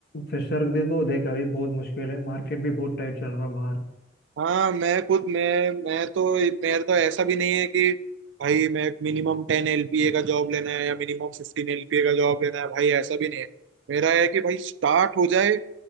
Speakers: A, on the left; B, on the right.
A: फ्रेशर दे दो देख अभी बहुत मुश्किल है मार्केट भी बहुत टाइट चल रहा है बाहर
B: हाँ मैं खुद मैं मैं तो मेरा तो ऐसा भी नहीं है कि भाई मैं मिनिमम टेन एलपीए का जॉब लेना है या मिनिमम फिफ्टीन एलपीए का जॉब लेना है भाई ऐसा भी नहीं है मेरा है कि भाई स्टार्ट हो जाए